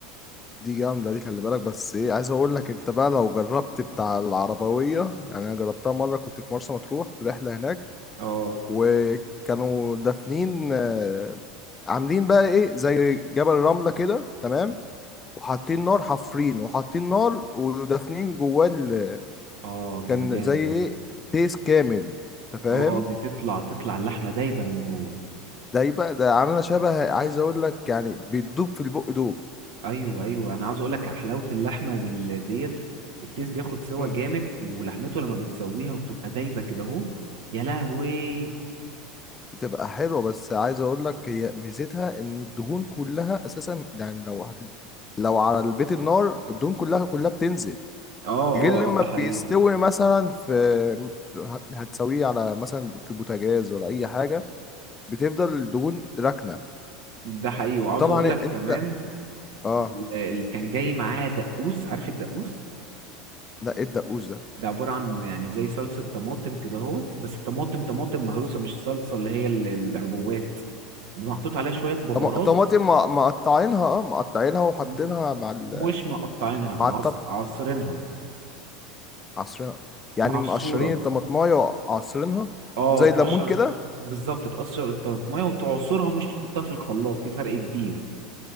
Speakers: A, on the left; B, on the right.
A: دي جامدة دي خلي بالك بس ايه عايز اقول لك انت بقى لو جربت بتاع العربوية يعني انا جربتها مرة كنت في مرسى مطروح في رحلة هناك
B: اه
A: وكانوا دافنين آه، عاملين بقى ايه زي جبل رملة كده تمام وحاطين نار حفرين وحاطين نار ودافنين جواه ال-
B: اه جمدان
A: كان زي
B: ده
A: ايه تيس كامل انت فاهم
B: اه دي تطلع تطلع اللحمه دايبه من جوه
A: ده يبقى ده عاملة شبه عايز اقول لك يعني بتدوب في البق دوب
B: ايوه ايوه انا عاوز اقول لك حلاوه اللحمه دل- ديت التيس بياخد سوا
A: مم.
B: جامد ولحمته لما بتسويها وبتبقى دايبه كده اهو يا لهوي
A: بتبقى حلوة بس عايز اقول لك هي ميزتها ان الدهون كلها اساسا يعني لو هت... لو على البيت النار الدهون كلها كلها بتنزل
B: اه اه
A: غير لما
B: اه ده حقيقي
A: بيستوي مثلا في ه- هتسويه على مثلا في بوتاجاز ولا اي حاجة بتفضل الدهون راكنة
B: ده حقيقي وعاوز
A: طبعا
B: اقول لك
A: انت
B: كمان
A: اه
B: ال- اللي كان جاي معاها دقوس عارف الدقوس
A: لا ايه الدقوس ده
B: ده عبارة عن يعني زي صلصة طماطم كده اهوت بس طماطم طماطم مهروسة مش صلصة اللي هي ال- العبوات محطوط عليها شوية بهارات
A: طما- طماطم مع- مقطعينها اه مقطعينها وحاطينها
B: م-
A: مع ال...
B: مش مقطعينها
A: مع
B: عص...
A: الطبخ
B: عصرينها
A: عصرينها يعني
B: معصورة
A: مقشرين الطماطمايه وعصرينها
B: اه
A: زي
B: تقشر
A: الليمون كده
B: بالظبط تقشر الطماطمية وتعصرها مش تحطها في الخلاط في فرق كبير